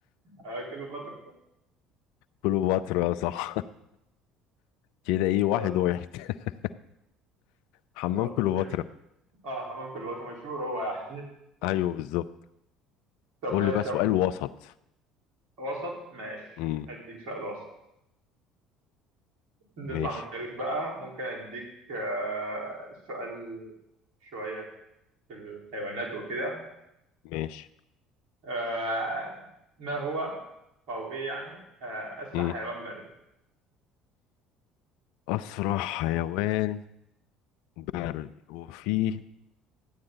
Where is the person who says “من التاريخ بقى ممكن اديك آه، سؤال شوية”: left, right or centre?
Right